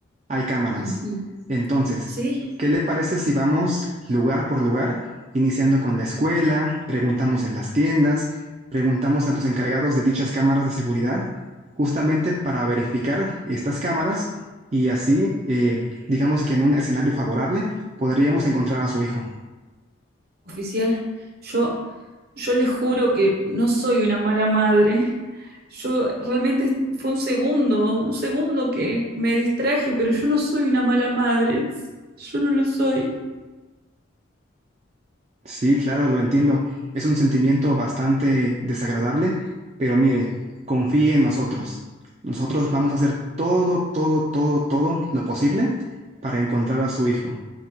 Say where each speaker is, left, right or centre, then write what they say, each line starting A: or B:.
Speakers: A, on the right (about 35°); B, on the right (about 50°).
A: hay cámaras.
B: Ujú.
A: Entonces,
B: Sí,
A: ¿qué le parece si vamos lugar por lugar, iniciando con la escuela, preguntamos en las tiendas, preguntamos a los encargados de dichas cámaras de seguridad, justamente para verificar estas cámaras y así, eh, digamos que en un escenario favorable, podríamos encontrar a su hijo?
B: oficial, yo, yo le juro que no soy una mala madre. Yo realmente fue un segundo, un segundo que me distraje, pero yo no soy una mala madre. Yo no lo soy.
A: Sí, claro, lo entiendo. Es un sentimiento bastante desagradable, pero mire, confíe en nosotros. Nosotros vamos a hacer todo, todo, todo, todo lo posible para encontrar a su hijo.